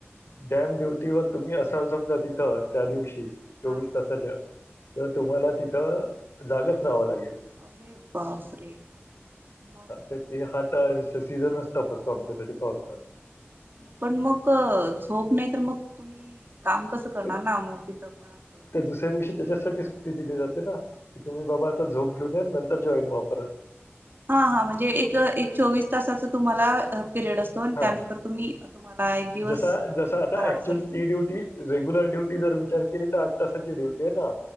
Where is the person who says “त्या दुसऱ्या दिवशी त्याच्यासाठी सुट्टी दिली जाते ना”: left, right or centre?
Left